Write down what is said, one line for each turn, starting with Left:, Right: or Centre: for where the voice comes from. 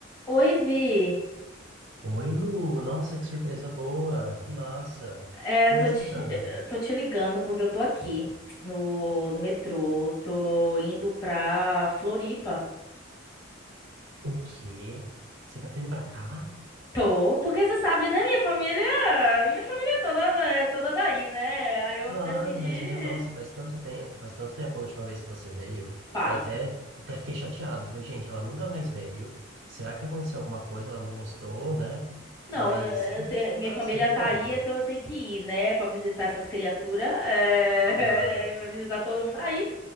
Left: Oi, Vi.
Right: Oi, Lu. Nossa, que surpresa boa. Que massa.
Left: É,
Right: Como
Left: tô
Right: é que
Left: te,
Right: você tá?
Left: eh, tô te ligando porque eu tô aqui no, no metrô. Tô indo pra Floripa.
Right: O quê? Você tá vindo pra cá?
Left: Tô, porque você sabe, né? Minha família, minha família é toda é toda daí, né? Aí eu
Right: Claro,
Left: decidi.
Right: mas meu, nossa, faz tanto tempo, faz tanto tempo a última vez que você veio.
Left: Paz.
Right: Eu até, até fiquei chateado. Falei, gente, ela nunca mais veio. Será que aconteceu alguma coisa? Ela não gostou, né?
Left: Não,
Right: Mas,
Left: eh, eu te-
Right: ai, que
Left: minha
Right: massa,
Left: família
Right: me
Left: tá
Right: conta.
Left: aí, então eu tenho que ir, né? Pra visitar essas criaturas. É,
Right: Aham.
Left: <laughs> pra visitar todo mundo. Aí,